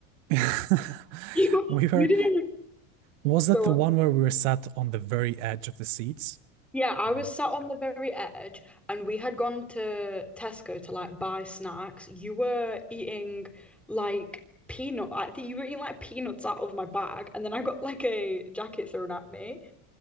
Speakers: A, on the right; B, in the centre.
A: <laughs>
B: <laughs> You
A: We were,
B: you didn't even
A: was that
B: go
A: the one where we were sat on the very edge of the seats?
B: Yeah, I was
A: Yeah.
B: sat on the very edge and we had gone to Tesco to like buy snacks. You were eating like peanut, I think you were eating like peanuts out of my bag. And then I got like a jacket thrown at me.